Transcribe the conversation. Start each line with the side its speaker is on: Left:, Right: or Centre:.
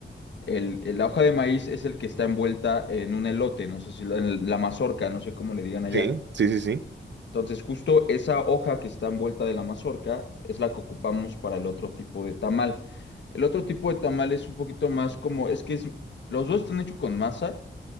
Left: El, el- la hoja de maíz es el que está envuelta en un elote, no sé si lo- en la mazorca, no sé cómo le digan allá.
Right: sí, sí, sí, sí.
Left: Entonces, justo esa hoja que está envuelta de la mazorca es la que ocupamos para el otro tipo de tamal. El otro tipo de tamal es un poquito más como, es que es- los dos están hechos con masa,